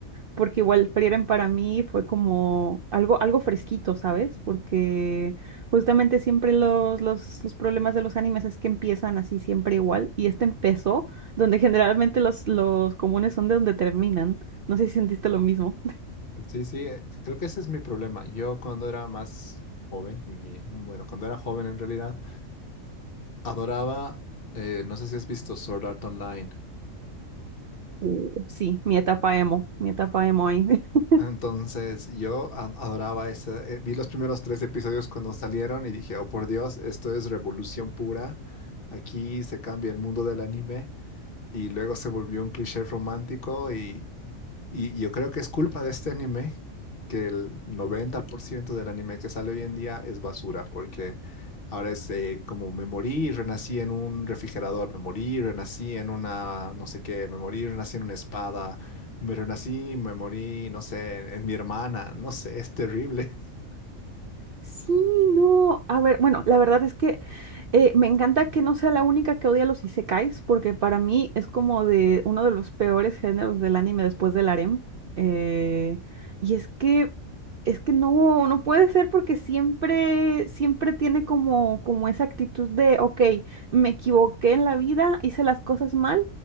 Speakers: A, on the right; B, on the left.
A: porque igual Frieren para mí fue como algo, algo fresquito, ¿sabes? Porque justamente siempre los, los, los problemas de los animes es que empiezan así siempre igual, y este empezó donde <laughs> generalmente los, los comunes son de donde terminan. No sé si sentiste lo mismo.
B: Sí, sí, eh, creo que ese es mi problema. Yo cuando era más joven, y eh, bueno, cuando era joven en realidad, adoraba, eh, no sé si has visto Sword Art Online.
A: Uh, Sí, mi etapa emo, mi etapa emo ahí. <laughs>
B: Entonces yo a- adoraba ese, eh, vi los primeros tres episodios cuando salieron y dije, oh por Dios, esto es revolución pura, aquí se cambia el mundo del anime y luego se volvió un cliché romántico y Y yo creo que es culpa de este anime que el 90% del anime que sale hoy en día es basura, porque ahora es eh, como me morí y renací en un refrigerador, me morí y renací en una no sé qué, me morí y renací en una espada, me renací, y me morí, no sé, en mi hermana, no sé, es terrible. <laughs>
A: Sí, no. A ver, bueno, la verdad es que eh, me encanta que no sea la única que odia los isekais, porque para mí es como de uno de los peores géneros del anime después del harem. Eh, y es que, es que no, no puede ser porque siempre, siempre tiene como, como esa actitud de, ok, me equivoqué en la vida, hice las cosas mal,